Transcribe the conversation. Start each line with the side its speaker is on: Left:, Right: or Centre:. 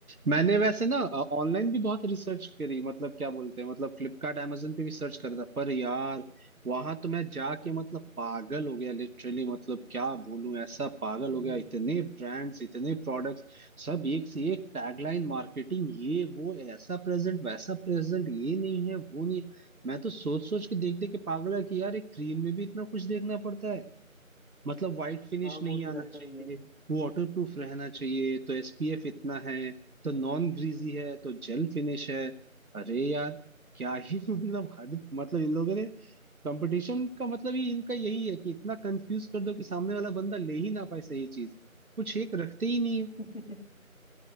Right: मैंने वैसे ना ऑनलाइन भी बहुत रिसर्च करी मतलब क्या बोलते हैं मतलब फ्लिपकार्ट amazon पे भी सर्च करा था पर यार वहां तो मैं जाके मतलब पागल हो गया लिटरली मतलब क्या बोलूं ऐसा पागल
Left: हम्म,
Right: हो गया इतने ब्रांड्स इतने प्रोडक्ट्स सब एक से एक टैगलाइन मार्केटिंग ये वो ऐसा प्रेजेंट वैसा प्रेजेंट ये नहीं है वो नहीं मैं तो सोच सोच के देख देख के पागल है कि यार एक क्रीम में भी इतना कुछ देखना पड़ता है मतलब वाइट फिनिश
Left: हाँ
Right: नहीं
Left: वो तो
Right: आना
Left: रहता
Right: चाहिए
Left: ही है
Right: वाटर प्रूफ रहना चाहिए तो एसपीएफ इतना है तो नॉन ग्रीजी है तो जेल फिनिश है अरे यार क्या ही <laughs> मतलब हद मतलब इन लोगों ने कंपटीशन का मतलब ही इनका यही है कि इतना कंफ्यूज कर दो कि सामने वाला बंदा ले ही ना पाए सही चीज कुछ एक रखते ही नहीं है
Left: <laughs>